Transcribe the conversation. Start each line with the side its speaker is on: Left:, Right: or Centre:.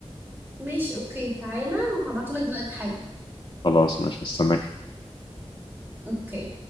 Right: ماشي اوكي تعالى وهبعته لك دلوقتي حالا
Left: خلاص ماشي هستناك
Right: اوكي